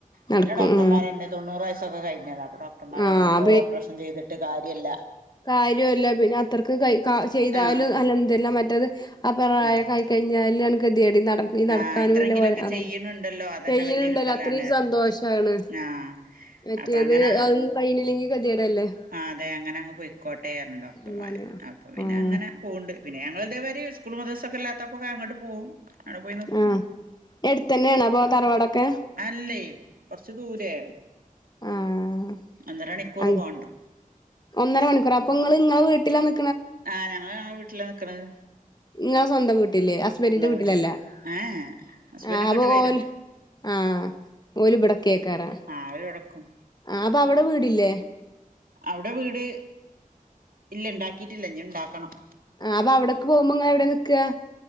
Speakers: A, on the right; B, on the left.
A: പിന്നെ
B: നടക്കും
A: ഡോക്ടർമാരെന്നെ
B: ആഹ്
A: തൊണ്ണൂറ് വയസ്സൊക്കെ കഴിഞ്ഞതാ അപ്പൊ ഡോ ഡോക്ടർമാരർഞ്ഞ്
B: ആഹ്
A: ഇഞ്ഞ്പ്പ ഓപ്പ്റേഷൻ ചെയ്തിട്ട് കാര്യല്ല.
B: കാര്യുല്ല. പിന്നെ അത്രക്ക് കൈ കാ ചെയ്താല്
A: ആഹ്
B: അൽഅംദുര്ല്ല മറ്റത് ആ പ്രായ
A: ആഹ്
B: കൈ കൈഞ്ഞാലാണ് കെത്യേട് നട്. ഈ നടക്കാനൂല്ല
A: ആഹ് ഇത്രയെങ്കിലൊക്കെ
B: പോലെ അതെന്നെ.
A: ചെയ്യണുണ്ടല്ലോ അതന്നെ
B: പെയ്യ്ണ്
A: വലിയ
B: ഇണ്ടല്ലൊ
A: കിട്ടലാണ്
B: അത്രീം സന്തോഷാണ്.
A: പറഞ്ഞു ആഹ്
B: മറ്റേത്
A: അപ്പൊ അങ്ങനെ
B: അതൊന്നും കയ്യിഞ്ഞില്ലെങ്കി കെത്യേടല്ലെ?
A: ആ അതെ. അങ്ങനെ അങ്ങ് പൊയ്ക്കോട്ടെ അർഞ്ഞ് ഡോക്ടർമാര്.
B: അതാണ്
A: അപ്പൊ പിന്നെ
B: ആഹ്
A: അങ്ങനെ. പോവ്ണ്ട്. പിന്നെ ഞങ്ങള് ഇതേമാരി സ്കൂൾ മദ്രസ്സൊക്കെ ഇല്ലാത്തപ്പൊക്കെ അങ്ങട്ട് പോവും. അവിടെ പോയി നിക്കും
B: ആഹ്. എട്ത്തന്നേണോ ഇപോ തറവാടൊക്കെ.
A: അല്ലേ. കൊർച്ച് ദൂരേ.
B: ആഹ്
A: ഒന്നരണിക്കൂർ
B: അങ്
A: പോവാണ്ട്.
B: ഒന്നര മണിക്കൂറൊ. അപ്പൊ ഇങ്ങള് ഇങ്ങളെ വീട്ടിലാ ന്
A: ആഹ് ഞങ്ങള് ഞങ്ങളെ വീട്ടിലാ നിക്ക്ണത്.
B: ഇങ്ങളെ സ്വന്തം വീട്ട്ല്. ഹസ്ബന്റിന്റെ വീട്ട്ലല്ല.
A: വീട്ടില് ഏ ഹസ്ബൻഡ്
B: ആഹ്
A: ഇങ്ങോട്ട്
B: അപ്പൊ
A: വരും
B: ഓൽ. ആഹ് ഓല് ഇബടെ നിക്കേക്കാരം.
A: ആഹ് ഓല് ഇവടെ നിക്കും.
B: ആഹ് അപ്പൊ അവടെ വീടില്ലേ?
A: അവ്ടെ വീട് ഇല്ല ഇണ്ടാക്കിട്ടില്ല ഇഞ്ഞ് ഇണ്ടാക്കണം.
B: ആഹ് അപ്പ അവടക്ക് പോവുമ്പൊ ഇങ്ങൾ എവിടെ നിക്കാ?